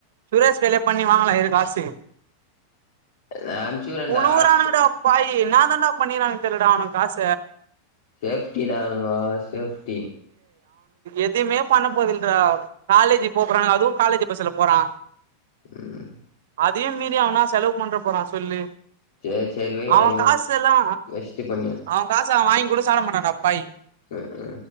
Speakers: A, on the right; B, on the left.
A: சுரேஷ் வேலைய பண்ணி வாங்கலாம் இரு காஸ்டிங்
B: நா அம்ச்சுறேன்டா
A: புழுவுராணுகடா பாய் ய் என்னா தான்டா பண்ணிறானுங்க தெர்லடா அவனுங்க காச
B: சேஃப்டிடா அவனுகோ சேஃப்ட்டி
A: எதுமே பண்ண போறதில்றா காலேஜ் போ போறானுக அதுவு காலேஜ் பஸ்ல போறா
B: ம்
A: அதையும் மீறி அவனா செலவு பண்ற போறா சொல்லு
B: சேரி சேரி வை
A: அவன்
B: ஐயோ
A: காசு எல்லா
B: வேஸ்ட்டு பண்ணியா
A: அவன் காச அவன் வாங்கி கூட சாப்பட மாட்டா டா பாய்
B: அ அ